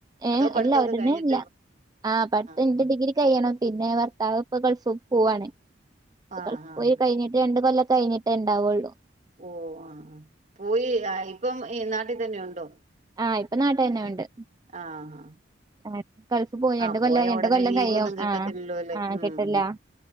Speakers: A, on the right; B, on the right.
A: ഏഹ്
B: അതോ പഠിത്തമൊക്കെ
A: ഇല്ല ഉടനെയില്ല
B: കഴിഞ്ഞിട്ടേ ഉള്ളൂ
A: ആഹ് പഠുത്തയിഞ്ഞിട്ട്
B: ആഹ്
A: ഡിഗ്രി. കയ്യണം പിന്നെ ഭർത്താവ് ഇപ്പൊ ഗൾഫ്ക്ക് പോവാണ് അപ്പൊ
B: ആഹ്
A: ഗൾഫ്ക്ക്
B: ആഹ് ആഹ്
A: പോയി കയിഞ്ഞ് രണ്ട് കൊല്ലം കയിഞ്ഞിട്ടേ ഇണ്ടാവൊള്ളൂ.
B: ഓഹ് ആഹ് ഹാ പോയി ആഹ് ഇപ്പം ഈ നാട്ടി തന്നെ ഉണ്ടോ.
A: ആഹ് ഇപ്പൊ നാട്ടിതന്നെ ഉണ്ട്.
B: ആഹ്.
A: ആഹ് ഗൾഫ് പോയി
B: ആഹ്
A: രണ്ട് കൊല്ലായി
B: പോയ
A: രണ്ട്
B: ഉടനെ
A: കൊല്ലം
B: ലീവ്
A: കയ്യും
B: ഒന്നും കിട്ടത്തില്ലല്ലോ
A: ആഹ്
B: അല്ലേ
A: ആഹ്
B: ഉം
A: കിട്ടല്ലാ
B: ഉം